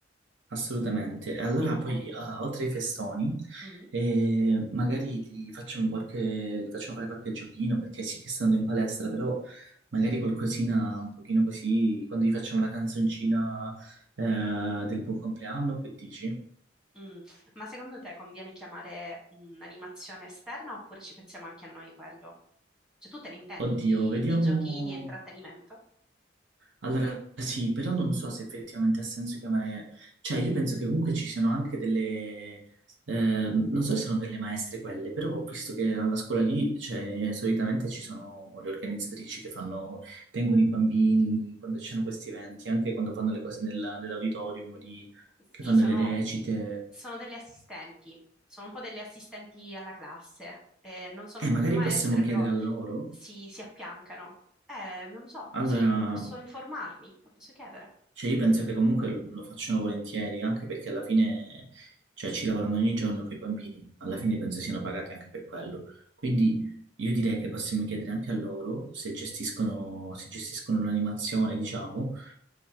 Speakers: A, on the right; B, in the centre.
A: assolutamente. E allora
B: Ok.
A: poi, ah, oltre ai festoni,
B: Mm,
A: eh, magari ti facciamo qualche, ti facciamo fare qualche giochino, perché sì che stando in palestra, però magari qualcosina un pochino così, quando gli facciamo la canzoncina, eh, del buon compleanno, che dici?
B: mm. Ma secondo te conviene chiamare un'animazione esterna oppure ci pensiamo anche a noi quello? Cioè, tu te ne intendi
A: Oddio,
B: di,
A: vediamo...
B: di giochini e intrattenimento?
A: Allora sì, però non so se effettivamente ha senso chiamare, cioè io penso che comunque ci siano anche delle, ehm, non so se sono delle maestre quelle, però ho visto che alla scuola lì, cioè, solitamente ci sono le organizzatrici che fanno, tengono i bambini quando ci sono questi eventi, anche quando fanno le cose nella- nell'auditorium lì,
B: Sì,
A: che fanno
B: sono,
A: le recite.
B: sono delle assistenti, sono un po' delle assistenti alla classe. Eh, non sono
A: Eh,
B: proprio
A: magari
B: maestre,
A: possiamo chiedere
B: però
A: a loro.
B: si, si affiancano. Eh, non lo so,
A: Allora,
B: sì, posso informarmi, lo posso chiedere.
A: Cioè, io penso che comunque lo facciano volentieri, anche perché alla fine, cioè, ci lavorano ogni giorno con i bambini, alla fine penso siano pagati anche per quello. Quindi io direi che possiamo chiedere anche a loro se gestiscono, se gestiscono l'animazione, diciamo.
B: Mm.